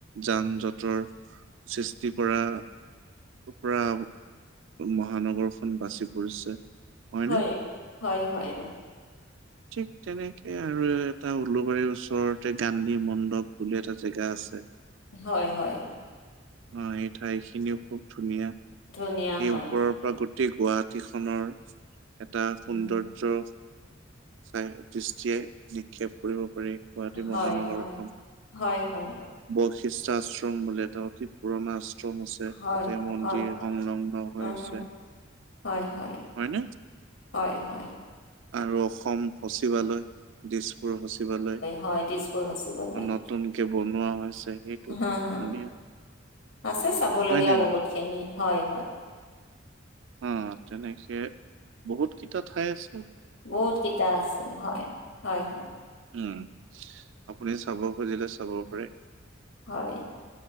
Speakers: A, on the right (about 65°); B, on the left (about 80°).
A: যান জঁটৰ সৃষ্টি কৰা পৰা মহানগৰখন বাচি পৰিছে। হয়নে
B: হয়, হয় হয়।
A: ঠিক তেনেকে আৰু এটা উলবাৰীৰ ওচৰতে গান্ধী মণ্ডপ বুলি এটা জেগা আছে
B: হয় হয়।
A: অ', এই ঠাই খিনিও খুব ধুনীয়া,
B: ধুনীয়া
A: এই
B: হয়
A: ওপৰৰ পৰা গ গোটেই গুৱাহাটীখনৰ এটা সৌন্দৰ্য
B: উম,
A: চাই দৃষ্টি নিক্ষেপ কৰিব পাৰি গুৱাহাটী
B: হয়
A: মহানগৰখন
B: হয় হয় হয়
A: বৈশিষ্ট আশ্ৰম বুলে এটা অতি পুৰণা আশ্ৰম আছে,
B: হয়
A: তাতে মন্দিৰ
B: হয়
A: সংলগ্ন হৈ
B: উম
A: আছে
B: হম হয়, হয়,
A: হয়নে?
B: হয়, হয়।
A: আৰু অসম সচিবালয় দিছপুৰ সচিবালয়,
B: হয় দিছপুৰ সচিবালয়
A: নতুনকে বনোৱা হৈছে সেইটো
B: হা, হা
A: ধুনীয়া
B: আছে চাবলগীয়া
A: হয় নে
B: বহুত
A: নাই?
B: খিনি। হয়, হয়।
A: অ', তেনেকে বহুত কেইটা ঠাই আছে।
B: বহুত কেইটা আছে, হয়, হয়, হয়।
A: উম', আপুনি চাব খুজিলে চাব পাৰে।
B: হয়।